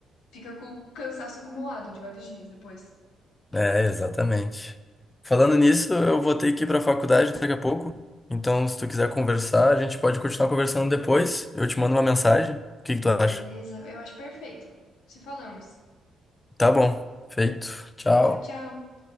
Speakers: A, on the left; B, on the left.
A: fica com o cansaço acumulado de vários dias depois.
B: É, exatamente. Falando nisso, eu vou ter que ir para a faculdade daqui a pouco. Então, se tu quiser conversar, a gente pode continuar conversando depois. Eu te mando uma mensagem. O que que tu
A: Beleza,
B: acha?
A: eu acho perfeito. Se falamos.
B: Tá bom. Feito. Tchau.
A: Tchau, tchau.